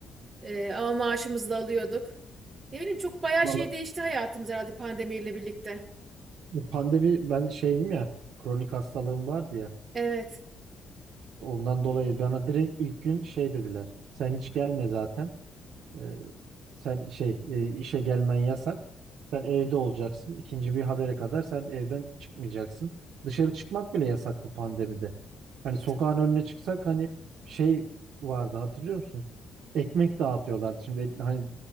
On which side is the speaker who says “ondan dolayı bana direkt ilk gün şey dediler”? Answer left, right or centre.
Right